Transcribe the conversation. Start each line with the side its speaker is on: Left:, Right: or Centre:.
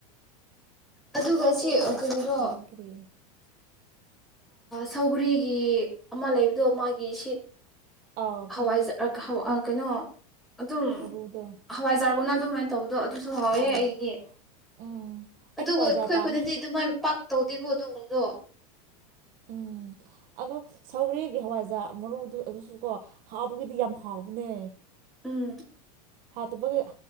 Centre: ꯑꯗꯨꯒ
Right: ꯍꯪꯒꯥꯝ
Centre: ꯁꯤ
Right: ꯃꯔꯨ
Centre: ꯀꯔꯤꯅꯣ
Right: ꯑꯥ ꯀꯔꯤ
Centre: ꯁꯧꯒ꯭ꯔꯤꯒꯤ ꯑꯃ ꯂꯩꯕꯗꯣ ꯃꯥꯒꯤ ꯁꯤꯠ
Right: ꯑꯥꯎ
Centre: ꯍꯋꯥꯏꯖ
Right: ꯈꯪꯉꯦ
Centre: ꯍ ꯀꯩꯅꯣ ꯑꯗꯨꯝ
Right: ꯃꯔꯨꯗꯣ
Centre: ꯍꯋꯥꯏꯖꯥꯔꯒꯅ ꯑꯗꯨ ꯃ ꯇꯧ ꯑꯗꯣ ꯑꯗꯨꯁꯨ ꯍꯥꯎꯋꯦ
Right: ꯑꯥꯎ
Centre: ꯑꯩꯗꯤ
Right: ꯎꯝ ꯑꯩꯗꯤ
Centre: ꯑꯗꯨꯕꯨ
Right: ꯍꯋꯥꯏꯖꯥꯔ
Centre: ꯑꯩꯈꯣꯏ
Right: ꯄꯥꯝꯃꯦ
Centre: ꯈꯨꯅꯗꯤ ꯑꯗꯨꯃꯥꯏꯅ ꯄꯥꯛ ꯇꯧꯗꯦꯀꯣ ꯑꯗꯨꯗꯣ
Right: ꯎꯝ ꯑꯗꯣ ꯁꯧꯔꯦꯒꯤ ꯍꯋꯥꯏꯖꯥ ꯃꯔꯣꯗꯨ ꯑꯗꯨꯁꯨ ꯀꯣ ꯍꯥꯎꯕꯒꯤꯗꯤ ꯌꯥꯝ ꯍꯥꯎꯕꯅꯦ
Centre: ꯎꯝ
Right: ꯍꯥꯇꯕꯒꯤ